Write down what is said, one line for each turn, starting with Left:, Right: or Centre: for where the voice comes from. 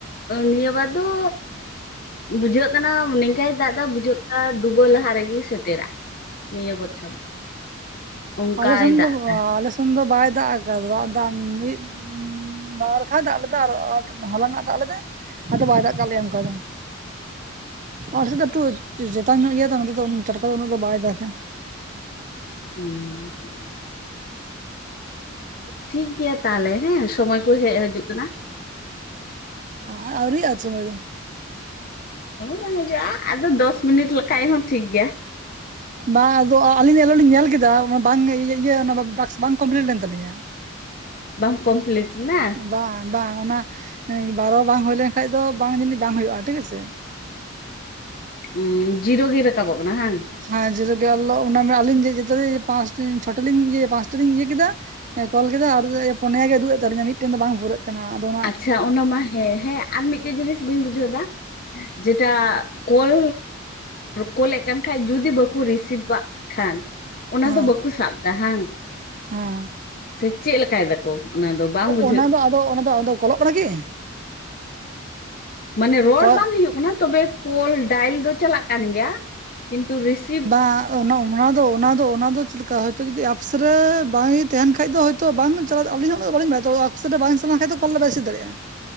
Left: ᱱᱤᱭᱟᱹᱵᱟᱨ ᱫᱚ ᱵᱩᱡᱷᱟᱹᱜ ᱠᱟᱱᱟ ᱱᱮᱝᱠᱟᱭ ᱫᱟᱜ ᱫᱟ ᱵᱩᱡᱷᱟᱹᱜ ᱠᱟᱱᱟ ᱰᱩᱵᱟᱹ ᱞᱟᱦᱟ ᱨᱮᱜᱮ ᱥᱮᱴᱮᱨᱟ᱾ ᱱᱤᱭᱟᱹ ᱵᱚᱪᱷᱚᱨ᱾ ᱚᱱᱠᱟᱭ
Right: ᱟᱞᱮᱥᱮᱱ
Left: ᱫᱟᱜ
Right: ᱫᱚ
Left: ᱮᱫᱟ
Right: ᱟᱞᱮᱥᱱ ᱫᱚ ᱵᱟᱭ ᱫᱟᱜ ᱮᱫᱟ ᱫᱟᱜ ᱫᱟ ᱢᱤᱫ ᱵᱟᱲᱠᱷᱟ ᱫᱟᱜ ᱞᱮᱫᱟ ᱟᱨ ᱦᱚᱞᱟ ᱱᱟᱜ ᱫᱟᱜ ᱞᱮᱫᱟᱭ᱾ ᱟᱫᱚ ᱵᱟᱭ ᱫᱟᱜ ᱠᱟᱜ ᱞᱮᱭᱟ ᱚᱱᱠᱟ ᱫᱚ ᱟᱞ ᱥᱮᱫ ᱫᱚᱴᱩ ᱪᱮᱛᱟᱱ ᱧᱚᱜ ᱜᱮᱭᱟ ᱛᱚ ᱱᱚᱛᱮ ᱫᱚ ᱴᱟᱴᱠᱟ ᱩᱱᱟᱹᱜ ᱫᱚ ᱵᱟᱭ ᱫᱟᱜᱫᱟ
Left: ᱦᱮᱸ ᱴᱷᱤᱠᱜᱮᱭᱟ ᱛᱟᱦᱚᱞᱮ ᱦᱮᱸ ᱥᱚᱢᱚᱭ ᱠᱚ ᱦᱮᱡ ᱦᱤᱡᱩᱜ ᱠᱟᱱᱟ᱾
Right: ᱚᱸ ᱟᱹᱣᱨᱤ <inaudible> ᱥᱚᱢᱚᱭ ᱫᱚ
Left: ᱦᱳᱭ ᱵᱟᱝ ᱦᱤᱡᱩᱜ-ᱟ ᱟᱫᱚ ᱫᱚᱥ ᱢᱤᱱᱤᱴ ᱞᱮᱠᱷᱟᱭᱜ ᱦᱚᱸ ᱴᱷᱤᱠ ᱜᱮᱭᱟ
Right: ᱵᱟᱝ ᱟᱫᱚ ᱟᱹᱞᱤᱧ ᱫᱚ ᱟᱞᱚ ᱞᱤᱧ ᱧᱮᱞ ᱠᱮᱫᱟ ᱚᱱᱟ ᱵᱟᱝ ᱤᱭᱟᱹ ᱚᱱᱟ ᱴᱟᱠᱥ ᱵᱟᱝ ᱠᱚᱢᱯᱞᱤᱴ ᱞᱮᱱ ᱛᱟᱞᱤᱧᱟ
Left: ᱵᱟᱢ ᱠᱚᱢᱯᱞᱤᱴ ᱱᱟ
Right: ᱵᱟᱝ ᱵᱟᱝ ᱚᱱᱟ ᱵᱟᱨᱚ ᱵᱟᱝ ᱦᱳᱭ ᱞᱮᱱᱠᱷᱟᱭᱜ ᱫᱚ ᱵᱟᱝ ᱡᱟᱱᱤᱜ ᱫᱟᱢ ᱦᱩᱭᱩᱜ-ᱟ ᱴᱷᱤᱠ ᱟᱪᱷᱮ
Left: ᱚᱸ ᱡᱤᱨᱚ ᱜᱮ ᱨᱟᱠᱟᱵᱚᱜ ᱠᱟᱱᱟ ᱦᱟᱝ
Right: ᱦᱮᱸ ᱡᱤᱨᱚ ᱜᱤ ᱚᱞᱚᱜ ᱚᱱᱟ ᱢᱮ ᱟᱞᱤᱧ ᱡᱮ ᱡᱚᱛᱚᱨᱮ ᱯᱟᱥᱴᱤ ᱪᱷᱚᱴᱤ ᱞᱤᱧ ᱯᱟᱥᱴᱤ ᱞᱤᱧ ᱤᱭᱟᱹ ᱠᱮᱫᱟ ᱦᱮᱸ ᱠᱚᱞ ᱠᱮᱫᱟ ᱟᱨ ᱯᱚᱱᱭᱟ ᱜᱮ ᱩᱫᱩᱜᱮᱜ ᱛᱟᱞᱤᱧᱟ ᱢᱤᱫᱴᱮᱱ ᱫᱚ ᱵᱟᱝ ᱯᱩᱨᱟᱹᱜ ᱠᱟᱱᱟ ᱠᱟᱱᱟ ᱟᱫᱚ ᱚᱱᱟ
Left: ᱟᱪᱷᱟ ᱚᱱᱟ ᱢᱟ ᱦᱮᱸ ᱦᱮᱸ ᱟᱨ ᱢᱤᱫᱴᱮᱡ ᱡᱤᱱᱤᱥ ᱵᱟᱹᱧ ᱵᱩᱡᱷᱟᱹᱣ ᱫᱟ ᱡᱮᱴᱟ ᱠᱚᱞ ᱠᱚᱞᱮᱫ ᱠᱟᱱ ᱠᱷᱟᱡ ᱡᱩᱫᱤ ᱵᱟᱠᱚ ᱨᱤᱥᱤᱵᱷ ᱟ᱾ ᱠᱷᱟᱱ ᱚᱱᱟ
Right: ᱦᱮᱸ
Left: ᱫᱚ ᱵᱟᱠᱚ ᱥᱟᱵ ᱫᱟ ᱦᱟᱝ
Right: ᱦᱮᱸ
Left: ᱥᱮ ᱪᱮᱫ ᱞᱮᱠᱟᱭ ᱫᱟᱠᱚ᱾ ᱚᱱᱟ ᱫᱚ ᱵᱟᱝ ᱵᱩᱡᱷᱟᱹᱜ
Right: ᱚᱱᱟ ᱫᱚ ᱟᱫᱚ ᱚᱱᱟ ᱠᱚᱞᱚᱜ ᱠᱟᱱᱟ ᱠᱤ
Left: ᱢᱟᱱᱮ ᱨᱚᱲ
Right: ᱠᱚ
Left: ᱵᱟᱝ ᱦᱩᱭᱩᱜ ᱠᱟᱱᱟ ᱛᱚᱵᱮ ᱠᱚᱞ ᱰᱟᱭᱤᱞ ᱫᱚ ᱪᱟᱞᱟᱜ ᱠᱟᱱ ᱜᱮᱭᱟ ᱠᱤᱱᱛᱩ ᱨᱤᱥᱤ
Right: ᱵᱟ ᱚᱱᱟ ᱚᱱᱟ ᱫᱚ ᱚᱱᱟ ᱫᱚ ᱚᱱᱟ ᱫᱚ ᱪᱮᱫ ᱞᱮᱠᱟ ᱛᱚ ᱡᱩᱫᱤ ᱮᱯᱥ ᱨᱮ ᱵᱟᱝ ᱤ ᱛᱟᱦᱮᱱ ᱠᱷᱟᱡ ᱫᱚ ᱦᱚᱭ ᱛᱚ ᱵᱟᱝ ᱪᱟᱞᱟᱜ ᱟᱹᱞᱤᱧ ᱦᱚᱸ ᱩᱱᱟᱹᱜ ᱵᱟᱹᱞᱤᱧ ᱵᱟᱲᱟᱭ ᱮᱯᱥ ᱨᱮ ᱵᱟᱝ ᱪᱟᱞᱟᱣᱮᱱ ᱠᱷᱟᱡ ᱫᱚ <unintelligible> ᱨᱮᱥᱤᱵ ᱫᱟᱲᱮᱭᱟᱜ-ᱟ᱾